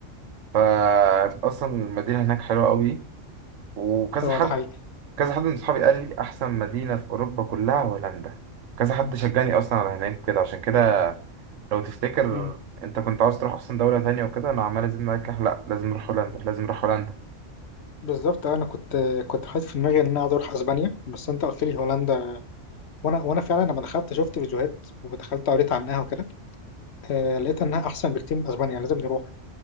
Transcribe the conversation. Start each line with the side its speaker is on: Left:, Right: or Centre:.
Right: فا اصلا المدينة هناك حلوة قوي وكذا
Left: اه
Right: حد
Left: ده حقيقي
Right: كذا حد من صحابي قال لي احسن مدينة في اوروبا كلها هولندا كذا حد شجعني اصلا على هناك كده عشان كده لو تفتكر
Left: مم.
Right: انت كنت عاوز تروح اصلا دولة تانية وكده انا عمال ازيد معاك لا لازم نروح هولندا لازم نروح هولندا
Left: بالظبط انا كنت كنت حاطط في دماغي ان انا عايز اروح اسبانيا بس انت قلت لي هولندا وانا وانا فعلا لما دخلت شفت فيديوهات ودخلت قريت عنها وكده آه لقيت انها احسن بكتير من اسبانيا لازم نروح